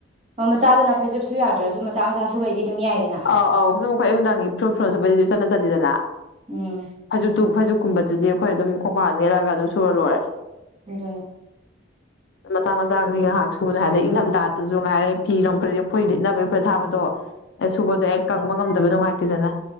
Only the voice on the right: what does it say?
ꯑꯣ ꯃꯆꯥꯗꯨꯅ ꯐꯩꯖꯨꯞꯁꯨ ꯌꯥꯗ꯭ꯔꯁꯨ ꯃꯆꯥ ꯃꯆꯥ ꯁꯨꯕꯩꯗꯤ ꯑꯗꯨꯝ ꯌꯥꯏꯗꯅ
ꯎꯝ
ꯑꯗꯨꯅꯤ